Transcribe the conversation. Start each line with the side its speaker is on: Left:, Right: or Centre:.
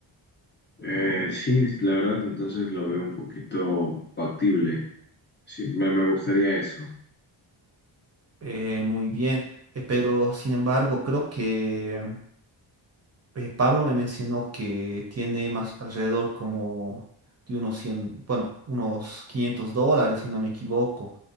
Left: Eh, sí, la verdad, entonces lo veo un poquito factible. Sí, me, me gustaría eso,
Right: Eh, muy bien, eh, pero sin embargo creo que eh, Pablo me mencionó que tiene más alrededor como de unos 100, bueno, unos 500 dólares, si no me equivoco.